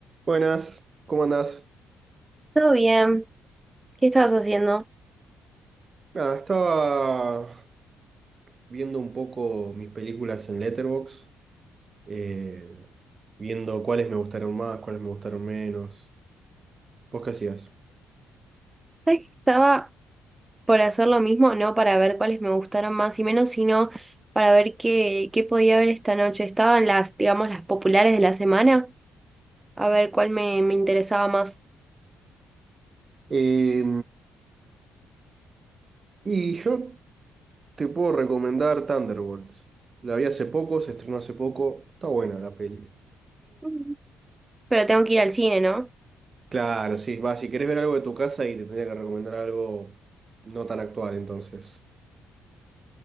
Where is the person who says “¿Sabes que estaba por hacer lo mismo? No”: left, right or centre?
Right